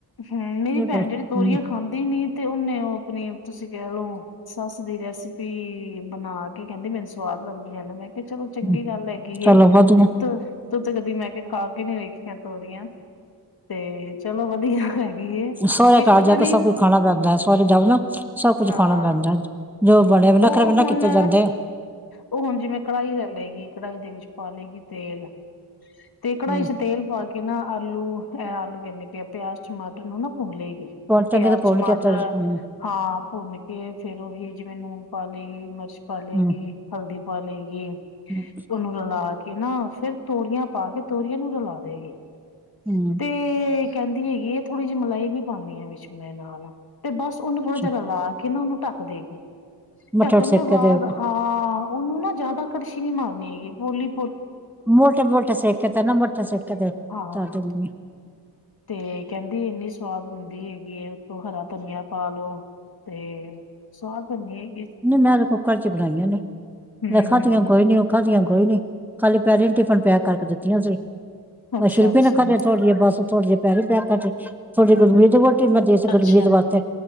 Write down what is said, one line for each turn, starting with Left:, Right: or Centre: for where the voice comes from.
Left: ਹਮ ਮੇਰੀ
Centre: ਨਹੀਂ
Left: ਭੈਣ
Centre: ਬਈ
Left: ਜਿਹੜੀ ਤੋਰੀਆਂ
Centre: ਹਮ,
Left: ਖਾਂਦੀ ਨੀ ਤੇ ਉਹਨੇ ਉਹ ਆਪਣੀ ਤੁਸੀਂ ਕਹਿ ਲਓ ਸੱਸ ਦੀ ਰੈਸਿਪੀ ਬਣਾ ਕੇ ਕਹਿੰਦੀ ਮੈਨੂੰ ਸਵਾਦ ਲੱਗਦੀਆਂ ਨੇ ਮੈਂ ਚਲੋ ਚੰਗੀ
Centre: ਹਮ,
Left: ਗੱਲ ਹੈਗੀ
Centre: ਚਲੋ
Left: ਏ
Centre: ਵਧੀਆ
Left: ਤੂ ਤੂ ਤੇ ਕਦੀ ਮੈਂ ਕਿਹਾ ਖਾ ਕੇ ਨੀ ਆਏਗੀ ਤੋਰੀਆਂ ਤੇ ਚਲੋ ਵਧੀਆ ਵਧੀਆ ਹੈਗੀ ਹੈ,
Centre: ਸਹੁਰੇ
Left: ਵਿੱਚ
Centre: ਘਰ
Left: ਪਤਾ
Centre: ਜਾ ਕੇ
Left: ਨੀ,
Centre: ਸਭ ਕੁਝ ਖਾਣਾ ਪੈਂਦਾ ਹੈ ਸਹੁਰੇ ਜਾਓ ਨਾ ਸਭ ਕੁਝ
Left: ਹਾਂ
Centre: ਖਾਣਾ ਪੈਂਦਾ ਹੈ ਜੋ ਬਣਿਆ ਨਖਰੇ
Left: ਉਹ
Centre: ਵੀ ਨਾ
Left: ਹੁਣ
Centre: ਕੀਤੇ ਜਾਂਦੇ
Left: ਉਹ ਹੁਣ ਜਿਵੇਂ ਕੜਾਹੀ ਲੈ ਲਏਗੀ ਕੜਹੀ ਦੇ ਵਿੱਚ ਪਾ ਲਏਗੀ ਤੇਲ ਤੇ ਕੜਾਹੀ
Centre: ਹਮ
Left: ਚ ਤੇਲ ਪਾ ਕੇ ਨਾ ਆਲੂ ਅ ਆਲੂ ਕੇਨੀ ਪਈ ਆ। ਪਿਆਜ ਟਮਾਟਰ ਨੂੰ ਨਾ ਭੁੰਨ ਲੇਗੀ
Centre: ਪੌਣ ਚੰਗੇ
Left: ਪਿਆਜ
Centre: ਤੇ ਪੌਣ
Left: ਟਮਾਟਰ
Centre: ਕੀਤੇ ਹਮ
Left: ਹਾਂ ਭੁੰਨ ਕੇ ਫੇਰ ਉਹੀ ਜਿਵੇਂ ਨੂਣ ਪਾਲੇਗੀ ਮਿਰਚ ਪਾ ਲਏਗੀ
Centre: ਹਮ
Left: ਹਲਦੀ ਪਾ ਲਏਗੀ
Centre: ਹਮ,
Left: ਉਹਨੂੰ ਰਲਾ ਕੇ ਤੇ ਨਾ ਫੇਰ ਤੋਰੀਆਂ ਪਾ ਕੇ ਤੋਰੀਆਂ ਨੂੰ ਰਲਾ ਦੇਗੀ-
Centre: ਹੂੰ
Left: ਤੇ ਕਹਿੰਦੀ ਹੈਗੀ ਆ ਥੋੜ੍ਹੀ ਜਿਹੀ ਮਲਾਈ ਵੀ ਪਾਉਂਦੀ ਆ ਵਿੱਚ ਨਾਲ ਬਸ ਉਹਨੂੰ ਥੋੜਾ
Centre: ਅੱਛਾ।
Left: ਜਿਹਾ ਰਲਾ ਕੇ ਨਾ ਉਹਨੂੰ ਤੱਕ ਦੇ ਕੇ
Centre: ਮੱਠੇ
Left: ਢੱਕਣ
Centre: ਉੱਠ ਸੇਕ
Left: ਤੋਂ ਬਾਅਦ,
Centre: ਕੇ ਦੇ
Left: ਹਾਂ ਉਹਨੂੰ ਨਾ ਜ਼ਿਆਦਾ ਕੜਛੀ ਨੀ ਮਾਰਨੀ ਹੈਗੀ, ਪੋਲੀ
Centre: ਮੁਠ ਮੁਠ ਸੇਕੇ ਤੇ ਨਾ ਮੁੱਠ ਸੇਕੇ ਤੇ
Left: ਹਾਂ
Centre: ਧਰ ਦਿੰਦੀ ਆ
Left: ਤੇ ਕਹਿੰਦੀ ਇੰਨੀ ਸਵਾਦ ਹੁੰਦੀ ਹੈਗੀ ਉਤੋਂ ਹਰਾ ਧਨੀਆ ਪਾ ਲੋ ਤੇ ਸਵਾਦ ਬਨੀ ਹੈ।
Centre: ਨਹੀਂ ਮੈਂ ਤੇ ਕੁੱਕਰ ਚ ਬਣਾਈਆਂ ਨੇ
Left: ਹੂੰ-ਹੂੰ।
Centre: ਖਾਧੀਆਂ ਕੋਈ ਨੀ ਉਹ ਖਾਧੀਆਂ ਕੋਈ ਨੀ ਖਾਲੀ ਪੈਰੀ ਟਿਫਿਨ ਪੈਕ ਕਰਕੇ ਦਿੱਤੀਆਂ ਸੀ
Left: ਅੱਛਾ-ਅੱਛਾ।
Centre: ਬ ਸ਼ਿਲਪੀ ਨ ਖਾ ਦੇ ਤੁਹਾਡੀ ਜ ਬਸ ਥੋੜੇ ਜਿਹੇ ਪੈਰੀ ਪੈਕ ਕਰ ਥਹਾਡੀ ਗੁਰਮੀਤ ਦੀ ਬੋਟੀ ਮੈਂ ਦੇ ਗੁਰਮੀਤ
Left: ਅੱਛਾ
Centre: ਵਾਸਤੇ